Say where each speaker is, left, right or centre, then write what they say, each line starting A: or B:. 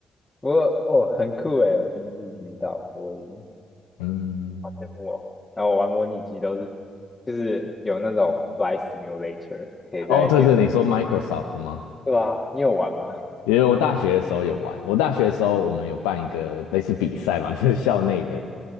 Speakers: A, on the left (about 20°); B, on the left (about 80°).
A: 我哦，很酷诶，我第一次听到播音，
B: 嗯，
A: 好羡慕哦。然后我玩模拟机都是就是有那种 flight simulator，可以在电，
B: 哦，对对，你说 Microsoft 的吗？
A: 对啊，你有玩吗？
B: 因为我大学的时候有玩，我大学的时候我们有办一个类似比赛嘛，<laughs> 就是校内的，